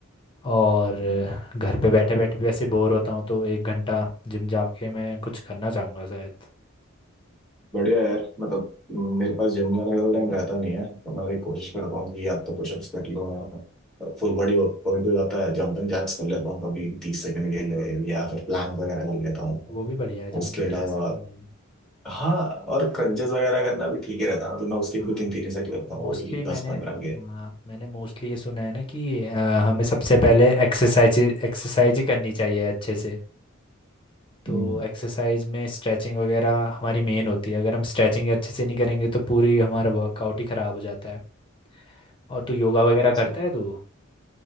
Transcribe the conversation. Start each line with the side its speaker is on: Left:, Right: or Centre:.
Left: और
Centre: हूँ
Left: घर पे बैठे बैठे भी वैसे बोर होता हूँ तो एक घंटा जिम जाके मैं कुछ करना चाहूँगा शायद
Centre: बढ़िया यार मतलब मेरे पास जिम जाने का टाइम रहता नहीं है तो मैं भी कोशिश करता हूँ कि या तो पुशअप्स कर लो या फुल बॉडी वर्कआउट भी हो जाता है जंपिंग जैक्स कर लेता हूँ कभी तीस सेकंड के लिए या फिर प्लैंक
Left: हम्म।
Centre: वगैरह कर लेता हूँ
Left: वो भी बढ़िया है जंपिंग
Centre: उसके अलावा
Left: जैक्स भी बढ़िया
Centre: हाँ और क्रंचेस वगैरह करना भी ठीक ही रहता है मतलब मैं उसकी
Left: हाँ
Centre: भी तीन तीन सेट करता हूँ
Left: मोस्टली
Centre: वो भी दस
Left: मैंने
Centre: पंद्रह
Left: हाँ
Centre: के
Left: मैंने मोस्टली ये सुना है ना कि आ, हमें सबसे पहले एक्सरसाइज एक्सरसाइज ही करनी चाहिए अच्छे से तो
Centre: हम्म,
Left: एक्सरसाइज में स्ट्रेचिंग वगैरह हमारी मेन होती है अगर हम स्ट्रेचिंग अच्छे से नहीं करेंगे तो पूरी हमारा वर्कआउट ही ख़राब हो जाता है और तू योगा वगैरह
Centre: सही
Left: करता है तू